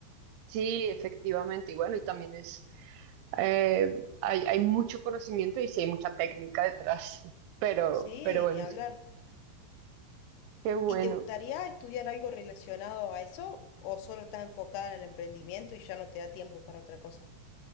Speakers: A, on the right; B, on the left.
A: Sí, efectivamente, y bueno, y también es, eh, hay, hay mucho conocimiento y sí hay mucha técnica detrás, <laughs> pero,
B: Sí,
A: pero bueno,
B: ni hablar.
A: eso- qué bueno.
B: ¿Y te gustaría estudiar algo relacionado a eso o solo estás enfocada en el emprendimiento y ya no te da tiempo para otra cosa?